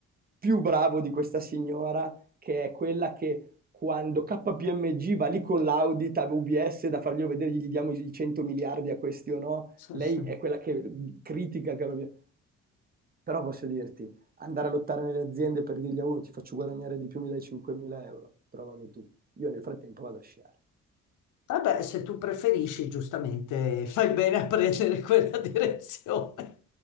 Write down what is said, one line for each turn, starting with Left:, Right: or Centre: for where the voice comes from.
Right: più bravo di questa signora, che è quella che quando KPMG va lì con l'audit a UBS da farglielo vedere, gli diamo i 100 miliardi a questi o no,
Left: Sì,
Right: lei
Left: sì.
Right: è quella che critica, che- però posso dirti, andare a lottare nelle aziende per dirgli a uno ti faccio guadagnare di più, mi dai 5.000 euro, trovami tu. Io nel frattempo vado a sciare.
Left: Vabbè, se tu preferisci, giustamente, fai bene a prendere quella <laughs> direzione.